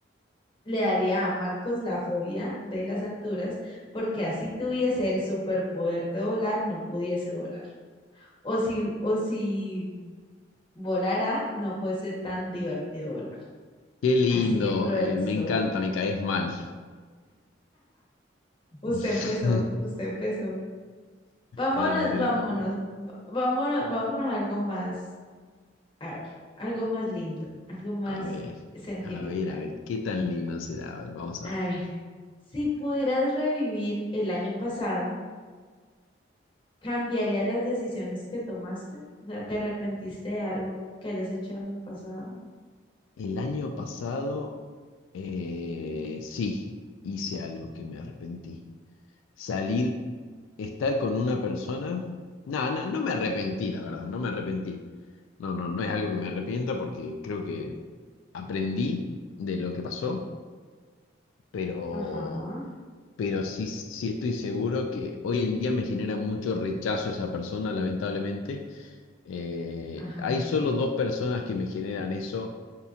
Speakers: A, on the left; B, on the left.
A: le daría a Marcos la fobia de las alturas, porque así tuviese el superpoder de volar, no pudiese volar. O si, o si volara, no fuese tan divertido volar.
B: Qué lindo,
A: Así de cruel
B: eh, me
A: soy.
B: encanta, me caes mal.
A: Usted
B: <laughs>
A: empezó, usted empezó. Vámonos,
B: No, no te
A: vámonos,
B: lo puedo creer.
A: va- vámonos, vámonos a algo más, a ver, algo más lindo, algo más
B: A ver,
A: sentimental.
B: a ver, a ver, qué tan lindo será. A ver, vamos a
A: A
B: ver.
A: ver, si pudieras revivir el año pasado, ¿cambiarías las decisiones que tomaste? O sea, ¿te arrepentiste de algo que hayas hecho el año pasado?
B: El año pasado, eh, sí, hice algo que me arrepentí. salir, estar con una persona. No, no, no me arrepentí, la verdad, no me arrepentí. No, no, no es algo que me arrepienta porque creo que aprendí de lo que pasó, pero,
A: Ajá,
B: pero sí, sí estoy seguro que hoy en día me genera mucho rechazo esa persona, lamentablemente. Eh,
A: ajá,
B: hay solo dos personas que me generan eso